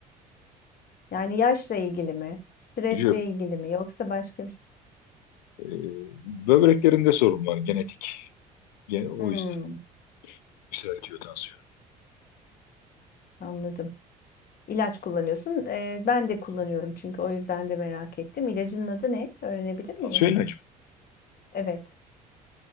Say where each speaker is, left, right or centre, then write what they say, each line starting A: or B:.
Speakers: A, on the left (about 45°); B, on the left (about 75°).
A: Yani yaşla ilgili mi? Stresle
B: Yok,
A: ilgili mi? Yoksa başka bir şey?
B: e, böbreklerimde sorun var genetik. Ge- o
A: Hmm,
B: yüzden yükseltiyor tansiyon.
A: anladım. İlaç kullanıyorsun. Ee, ben de kullanıyorum çünkü o yüzden de merak ettim. İlacın adı ne? Öğrenebilir miyim?
B: Tansiyon ilacım.
A: Evet.